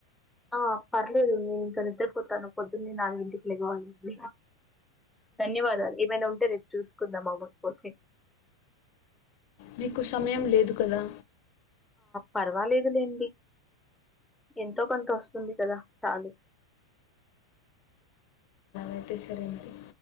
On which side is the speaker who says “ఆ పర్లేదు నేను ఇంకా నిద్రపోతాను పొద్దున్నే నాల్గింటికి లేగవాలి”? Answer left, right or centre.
Centre